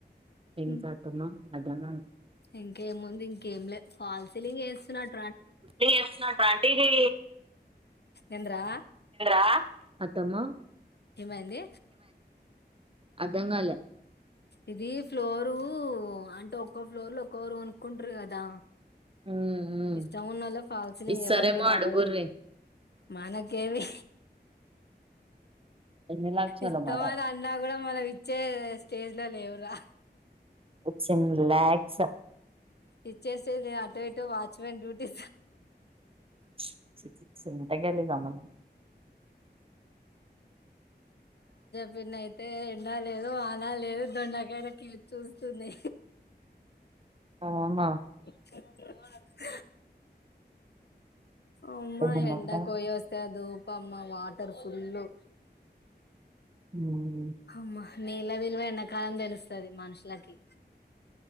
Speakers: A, on the right; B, on the left.
A: ఇంకా
B: హు
A: అత్తమ్మ అర్థంగా
B: ఇంకేముంది ఇంకేం లే ఫాల్స్ తెలిస్తున్నాడ్
A: న చేస్తున్నాంటార అంటే ఇది
B: ఏందర
A: ఆ అత్తమ్మ
B: ఏమైంది?
A: అర్థం కాలే?
B: ఇది ఫ్లోరు అంటే ఒక్కో ఫ్లోర్లో ఒక్కోరు కొనుక్కుంటరు కదా?
A: ఉమ్ ఉమ్
B: ఇష్టం ఉన్నోళ్లు ఫాల్సిలింగ్
A: ఇస్తారేమో
B: ఎవర్ది వాళ్ళదే.
A: అడుగుర్రి
B: మనకేవి
A: ఎన్ని లక్షలో
B: ఇస్తవా
A: మరి అది
B: అని అన్నా కూడా, మనం ఇచ్చే స్టేజ్ ఇంట్లో లేవురా.
A: ఒచ్చిన్లు లాక్ స
B: ఇచ్చేస్త తే, అటో ఇటో వాచ్మెన్ డ్యూటీ
A: చి చి ఇంత గలీసా అమ్మ నువ్
B: పిన్నైతే ఎండా లేదు వానా లేదు, దొండ కాయల కెలి చూస్తుంది.
A: అవునా
B: <inaudible> అమ్మ,
A: ఎన్ని
B: ఎండకు
A: ఉంటాయి?
B: పోయోస్తే అదో కమ్మ వాటర్ ఫుళ్ళు.
A: ఉమ్
B: హమ్మ నీళ్ల విలువ ఎండాకాలం తెలుస్తది మనుషులకి.